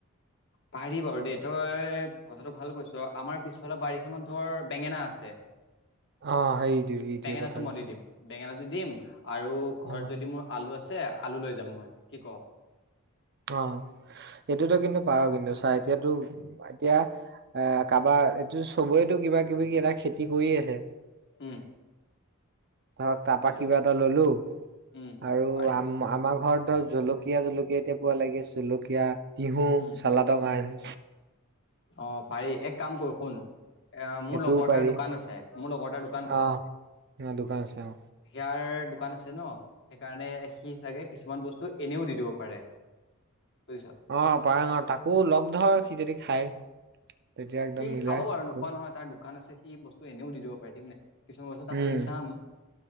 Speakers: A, on the left; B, on the right.
A: পাৰি বাৰু দেই তই কথাটো ভাল কৈছ আমাৰ পিছফালৰ বাৰীখনত ধৰ বেঙেনা আছে।
B: অ সেইটো সেইটোৱে
A: বেঙেনাটো
B: কথা কৈছো
A: মই দি দিম বেঙেনাটো দিম আৰু ঘৰত
B: অ
A: যদি মোৰ আলু আছে আলু লৈ যাম মই কি ক।
B: অ', এইটোতো কিন্তু পাৰ কিন্তু চা এতিয়াতো এতিয়া এ কাৰবাৰ চবৰেটো কিবা কিবি কি এটা খেতি কৰিয়েই আছে।
A: উম।
B: ধৰক তাৰপৰা
A: সেইটো
B: কিবা
A: হয়।
B: এটা ললোঁ
A: উম,
B: আৰু
A: পাৰি
B: আম আমাৰ ঘৰত ধৰ জলকীয়া জকীয়া জলকীয়া এতিয়া পোৱা লাগি জলকীয়া তিহু
A: উম,
B: চালদৰ
A: উম,
B: কাৰণে।
A: অ', পাৰি এক কাম কৰো শুন এ মোৰ
B: সেইটোও
A: লগৰ এটাৰ
B: পাৰি
A: দোকান আছে মোৰ লগৰ এটাৰ দোকান আছে।
B: অ অ দোকান আছে অ
A: হিয়াৰ দোকান আছে ন সেইকাৰণে সি চাগে কিছুমান বস্তু এনেও দি দিব পাৰে। বুজিছ।
B: অ', পায়ঙ তাকো লগ ধৰ সি যদি খায়। তেতিয়া একদম
A: এই
B: মিলাই
A: খাব বাৰু নোখোৱা
B: কৰি।
A: নহয় তাৰ দোকান আছে সি বস্তু এনেও দি দিব পাৰে ঠিক নাই কিছুমান বস্তু তাক
B: উম
A: সুধি চাম।